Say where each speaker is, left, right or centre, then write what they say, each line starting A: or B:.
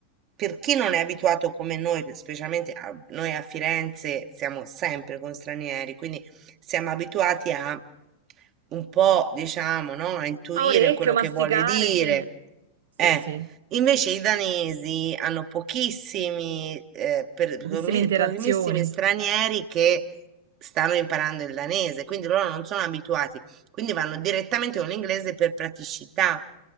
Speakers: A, on the right; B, on the right.
A: per chi non è abituato come noi, specialmente a- noi a Firenze siamo sempre con stranieri, quindi siamo abituati a un po', diciamo, no? A intuire
B: A orecchio,
A: quello
B: masticare,
A: che vuole dire.
B: sì. Sì,
A: Eh,
B: sì.
A: invece i danesi hanno pochissimi, eh, per-
B: Pochissime
A: pochi-
B: interazioni.
A: pochissimi stranieri che stanno imparando il danese, quindi loro non sono abituati, quindi vanno direttamente con l'inglese per praticità.